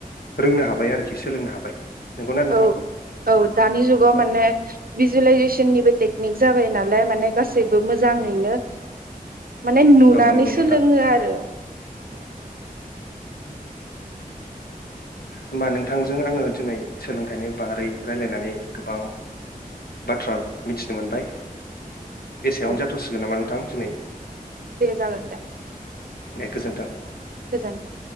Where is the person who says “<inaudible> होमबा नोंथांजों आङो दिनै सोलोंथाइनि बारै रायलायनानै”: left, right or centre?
Left